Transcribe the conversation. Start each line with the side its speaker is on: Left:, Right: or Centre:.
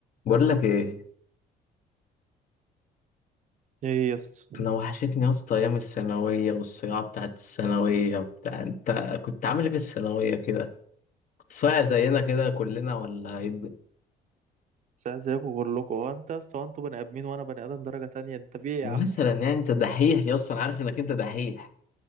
Left: بقول لك ايه
Right: ايه يا اسطى
Left: انا وحشتني يا اسطى ايام الثانويه والصياعه بتاعت الثانويه بتاع انت كنت عامل ايه في الثانويه كده كنت صايع زينا كده كلنا ولا ايه الدنيا؟
Right: ساعة زيكم كلكم هو انت يا اسطى هو انتوا بني ادمين وانا بني ادم درجة تانية انت في ايه
Left: مثلا
Right: يا عم
Left: يعني انت دحيح يا اسطى انا عارف انك انت دحيح